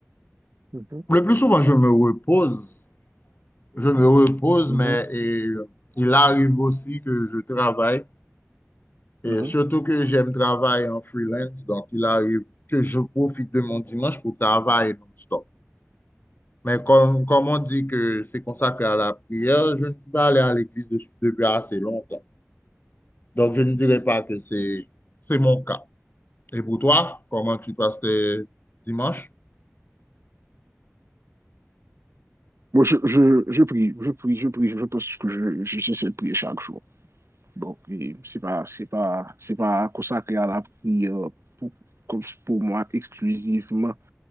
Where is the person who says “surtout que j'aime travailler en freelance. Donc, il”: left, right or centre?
Left